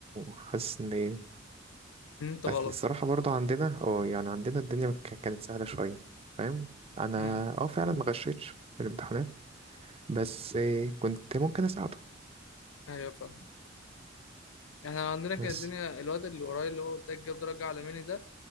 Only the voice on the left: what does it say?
انت غلط
امم
ايوه فاهم احنا عندنا كانت
الدنيا الواد اللي ورايا اللي هو قلت لك جاب درجه عالماني ده